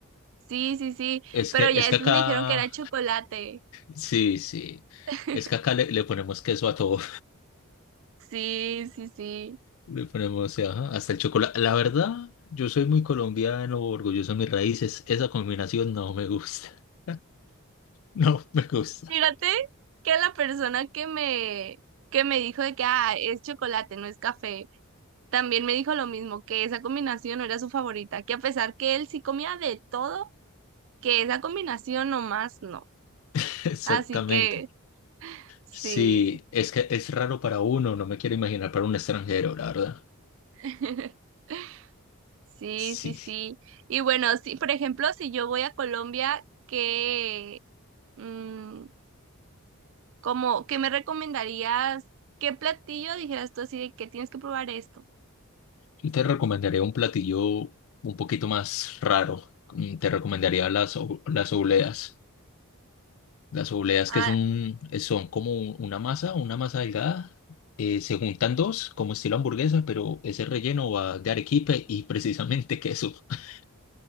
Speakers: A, on the right; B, on the left.
A: Sí, sí, sí,
B: Es
A: pero
B: que,
A: ya
B: es
A: después
B: que acá,
A: me dijeron que era chocolate.
B: sí, sí.
A: <laughs>
B: Es que acá le, le ponemos queso a todo.
A: Sí, sí, sí.
B: Le ponemos, sí, ajá, hasta el chocolate. La verdad, yo soy muy colombiano, orgulloso de mis raíces. Esa combinación no me gusta. <laughs> No me gusta.
A: Fíjate que la persona que me, que me dijo de que ah, es chocolate, no es café. También me dijo lo mismo, que esa combinación no era su favorita, que a pesar que él sí comía de todo, que esa combinación nomás no.
B: <laughs> Exactamente.
A: Así que sí,
B: Sí, es que es raro para uno, no me quiero imaginar para un extranjero, la verdad.
A: <laughs> sí,
B: Sí.
A: sí, sí. Y bueno, sí, por ejemplo, si yo voy a Colombia, ¿qué, mm, como, qué me recomendarías? ¿Qué platillo dijeras tú así de que tienes que probar esto?
B: Yo te recomendaría un platillo un poquito más raro. Mm, Te recomendaría las, o- las obleas. Las obleas
A: Ah,
B: que es un, eh, son como un- una masa, una masa delgada. eh, se juntan dos, como estilo hamburguesa, pero ese relleno va de arequipe y precisamente queso. <laughs>